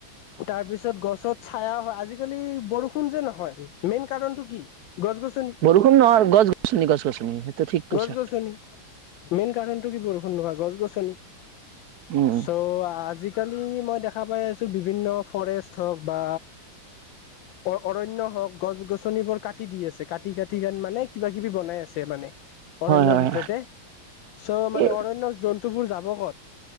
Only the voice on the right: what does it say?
বৰষুণ নহয় গছ-গছনি গছ-গছনি এইটো ঠিক কৈছা।
উম
হয় হয়
হয়।